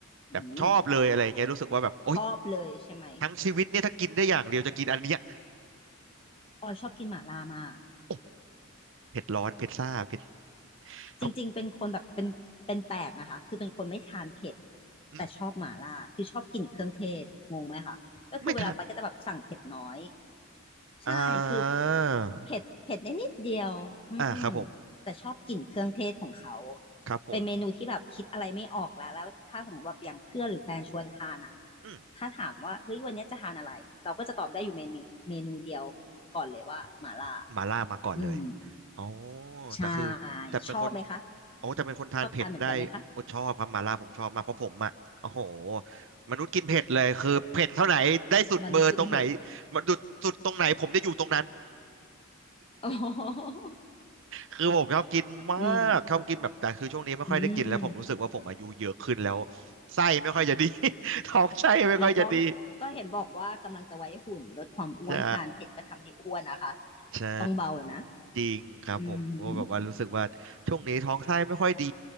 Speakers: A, on the left; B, on the right.
A: อืม
B: แบบชอบเลยอะไรเงี้ยรู้สึกว่าแบบโอ๊ย
A: ชอบเลยใช่ไหม
B: ทั้งชีวิตเนี่ยถ้ากินได้อย่างเดียวจะกินอันเนี้ย
A: ออยชอบกินหม่าล่ามาก
B: โอ้เผ็ดร้อนเผ็ดซ่าเผ็ดท
A: จริงๆเป็นคนแบบเป็นเป็นแปลกนะคะคือเป็นคนไม่ทานเผ็ด
B: ำอืม
A: แต่ชอบหม่าล่าคือชอบกลิ่นเครื่องเทศงงไหมคะก็คือเวลาไปก็จะแบบสั่งเผ็ดน้อย
B: ไม่ทัน
A: ใช่
B: อ่า
A: คือเผ็ดเผ็ดได้นิดเดียวอืม
B: อ่าครับผม
A: แต่ชอบกลิ่นเครื่องเทศของเขา
B: ครับผม
A: เป็นเมนูที่แบบคิดอะไรไม่ออกแล้วแล้วถ้าสมมติว่าอย่างเพื่อนหรือแฟนชวนทานอ่ะ
B: อืม
A: ถ้าถามว่าเฮ้ยวันเนี้ยจะทานอะไร เราก็จะตอบได้อยู่เมนูเมนูเดียวก่อนเลยว่าหม่าล่า
B: มาล่ามาก่อนเลย
A: อืม
B: อ๋อ
A: ใช่
B: แต่คือแต่เป็นคน
A: ชอบไหมคะ
B: อ๋อจะเป็นคนทานเผ็ดได้โอ้ชอบครับมาล่าผมชอบมากเพราะผมอ่ะโอ้โห
A: ชอบทานเหมือนกันไหมคะ
B: มนุษย์กินเผ็ดเลยคือเผ็ดเท่าไหนได้สุดเบอร์ตรงไหน
A: มนุษย์กินเผ็ด <laughs>
B: มันดุดสุดตรงไหนผมจะอยู่ตรงนั้น
A: โอ้โห
B: คือผมชอบกินมากชอบกินแบบแต่คือช่วงนี้ไม่ค่อยได้กินแล้วผมรู้สึกว่าผมอายุเยอะขึ้นแล้ว
A: อืมอืม
B: ไส้ไม่ค่อยจะดี <laughs> ท้องไส้ไม่ค่อยจะดี
A: แล้วก็ก็เห็นบอกว่ากำลังจะไว้หุ่นลดความอ้วนทานเผ็ดก็ทำให้อ้วนนะคะ
B: ใช่ใช่
A: ต้องเบานะ
B: จริงครับผมก็แบบว่ารู้สึกว่าช่วงนี้ท้องไส้ไม่ค่อยดี
A: อืม <laughs>